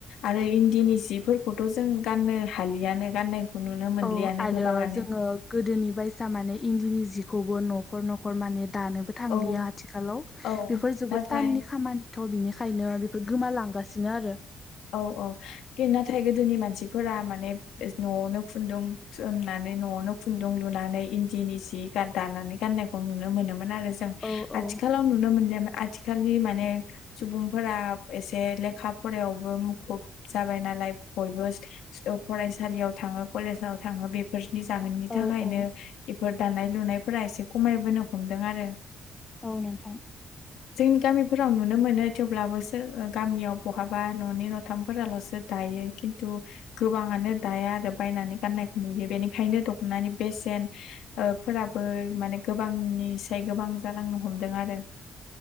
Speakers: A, on the left; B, on the left.
A: आरो इन्दिनि सिफोरखौथ' जों गाननो हालियानो गाननाय खौ नुनो मोनलियानो
B: औ आरो
A: गोबाङानो
B: जोङो गोदोनि बायसा माने इन्दिनि जिखौबो नखर नखर माने दानोबो थांलिया
A: औ
B: आथिखालाव
A: औ
B: बेफोर जोबोद
A: नाथाय
B: टाननि खामानि थ' बिनिखायनो बेफोर गोमालांगासिनो आरो।
A: औ औ कि नाथाय गोदोनि मानसिफोरा माने न'आवनो खुन्दुं थुननानै न'आवनो खुन्दुं लुनानै इन्दिनि जि दानानै गान्नायखौ नुनो मोनोमोन आरो जों आथिख
B: औ
A: आथिखालाव
B: औ
A: नुनो मोनगोन आथिखालनि माने सुबुंफोरा एसे लेखा फरायाव। ब मुखुब जाबाय नालाय बयबो ओ फरायसालियाव थांङो कलेजाव थांङो बे बेफोरनि जाहोननि
B: औ
A: थाखायनो
B: औ
A: बेफोर दानाय लुनायफोरा एसे खमायबोनो हमदों आरो
B: औ नोंथां।
A: जोंनि गामिफोराव नुनो मोनो थेवब्लाबो सोर गामियाव बहाबा न'। न'नै नथामफोराल'सो दायो खिन्थु। गोबांङानो दाया आरो बायनानै गाननायखौ नुयो बेनिखायनो दख'नानि बेसेन। ओ फोराबो माने गोबांनिसाय गोबां जालांनो हमदों आरो